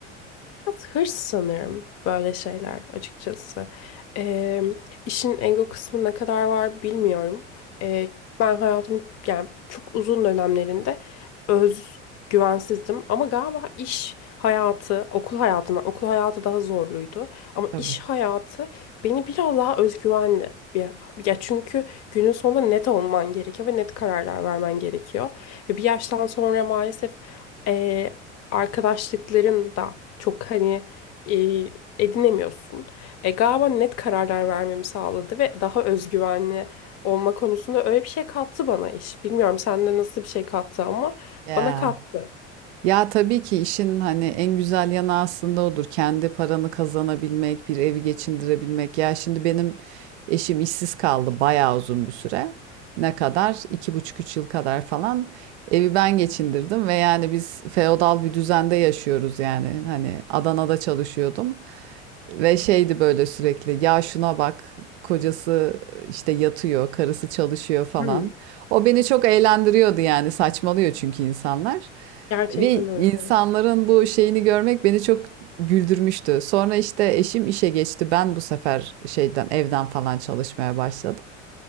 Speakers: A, on the left (about 45°); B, on the right (about 65°).
A: Biraz hırs sanırım böyle şeyler açıkçası. Ee, işin ego kısmı ne kadar var bilmiyorum. Ee, ben hayatımın yani çok uzun dönemlerinde özgüvensizdim. Ama galiba iş hayatı, okul hayatına okul hayatı daha zorluydu. Ama
B: Tabii.
A: iş hayatı beni biraz daha özgüvenli bir ya çünkü günün sonunda net olman gerekiyor ve net kararlar vermen gerekiyor. Ve bir yaştan sonra maalesef e, arkadaşlıkların da çok hani e, edinemiyorsun. E, galiba net kararlar vermemi sağladı ve daha özgüvenli olma konusunda öyle bir şey kattı bana iş. Bilmiyorum sende nasıl bir şey kattı ama
B: Ya.
A: bana kattı.
B: Ya tabii ki işin hani en güzel yanı aslında odur. Kendi paranı kazanabilmek, bir evi geçindirebilmek. Ya şimdi benim eşim işsiz kaldı bayağı uzun bir süre. Ne kadar? iki buçuk üç yıl kadar falan. Evi ben geçindirdim ve yani biz feodal bir düzende yaşıyoruz yani. Hani Adana'da çalışıyordum. Ve şeydi böyle sürekli ya şuna bak kocası işte yatıyor, karısı çalışıyor falan.
A: Hmm,
B: O beni çok eğlendiriyordu yani saçmalıyor çünkü insanlar.
A: gerçekten
B: Ve
A: öyle.
B: insanların bu şeyini görmek beni çok güldürmüştü. Sonra işte eşim işe geçti. Ben bu sefer şeyden evden falan çalışmaya başladım.